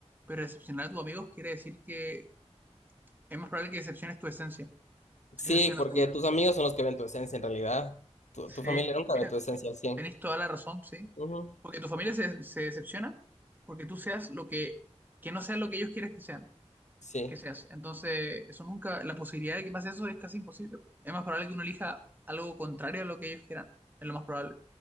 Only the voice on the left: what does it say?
Sí,
porque
tus amigos son los que ven tu esencia en realidad. Tu,
tu familia nunca
ve tu esencia al cien.
Ujú,
Sí.